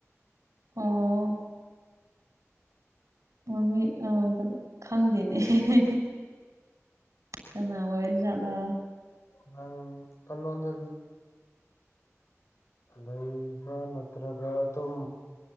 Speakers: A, on the right (about 75°); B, on the left (about 65°).
A: ꯑꯣ꯫ ꯃꯃꯤ ꯑ <unintelligible> ꯈꯪꯗꯦꯅꯦ ꯍꯦꯍꯦ꯫ ꯀꯅꯥ ꯑꯣꯏꯔꯖꯥꯠꯂ꯫
B: ꯅꯪ ꯄꯜꯂꯣꯟꯗ ꯂꯩꯕ ꯅꯠꯇ꯭ꯔꯒ ꯑꯗꯨꯝ